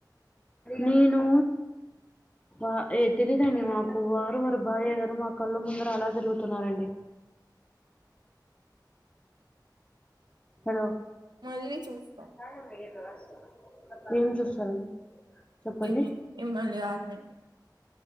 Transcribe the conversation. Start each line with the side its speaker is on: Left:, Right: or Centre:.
Left: నేను ఆ ఎ తెలిదండి <unintelligible> వారు వారి భార్య గారు మా కళ్ళ ముందర అలా తిరుగుతున్నారండి హలో
Right: మళ్ళీ చూస్కో
Left: బాగుందిగదాస్తూ <unintelligible> ఏం చూస్తాంది చెప్పండి?
Right: ఏమి మిమ్మల్ని కాదులేండి